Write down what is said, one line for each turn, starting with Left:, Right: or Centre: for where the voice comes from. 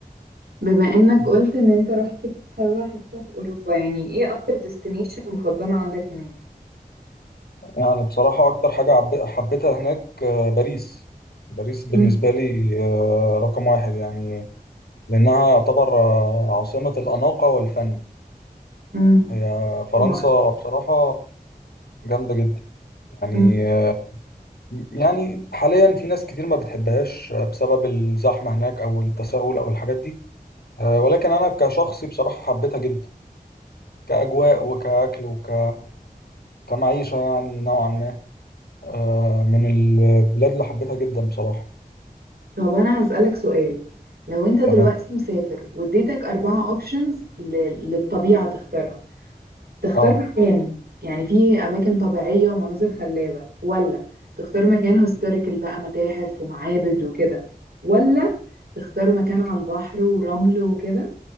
Right: بما انك قلت ان انت رحت كذا حتة في اوروبا يعني ايه اكتر ديستنيشن مفضلة عندك هناك
Left: يعني بصراحه اكتر حاجه عب- حبيتها هناك آه، باريس باريس بالنسبه
Right: مم.
Left: لي آه، رقم واحد يعني لأنها يعتبر آه، عاصمة الأناقة والفن
Right: مم.
Left: هي فرنسا
Right: طبعا
Left: بصراحة جامدة جدا يعني
Right: مم.
Left: آه، يعني حاليا في ناس كتير ما بتحبهاش آه، بسبب الزحمة هناك أو التسول أو الحاجات دي أه، ولكن أنا كشخصي بصراحة حبيتها جدا كأجواء وكأكل وك كمعيشة يعني نوعا ما أه، من البلاد اللي حبيتها جدا بصراحة
Right: طب انا هسألك سؤال لو انت دلوقتي
Left: تمام
Right: مسافر واديتك اربعة اوبشنز للطبيعة تختارها تختار
Left: اه
Right: مكان يعني في اماكن طبيعية ومناظر خلابة ولا تختار مكان هيستوريكال بقى متاحف ومعابد وكده ولا تختار مكان على البحر ورمل وكده